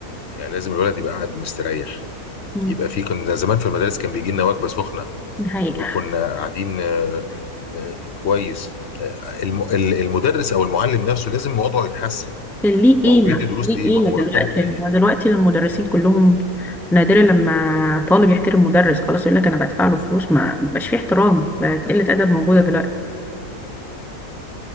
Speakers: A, on the left (about 50°); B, in the centre.
A: يعني لازم الولد يبقى قاعد مستريح
B: مم.
A: يبقى في كان زمان في المدارس كان بيجي لنا وجبه سخنه
B: دي حقيقة
A: وكنا قاعدين آه، آه، كويس آه، الم- ال- المدرس او المعلم نفسه لازم وضعه يتحسن
B: ليه قيمة
A: ما هو بيدي دروس
B: ليه
A: ليه
B: قيمة
A: ما هو مرتبه
B: دلوقتي
A: قليل
B: يعني هو دلوقتي المدرسين كلهم نادرا لما طالب يحترم مدرس خلاص يقول لك أنا بدفع له فلوس ما بقاش فيه احترام بقت قلة أدب موجودة دلوقتي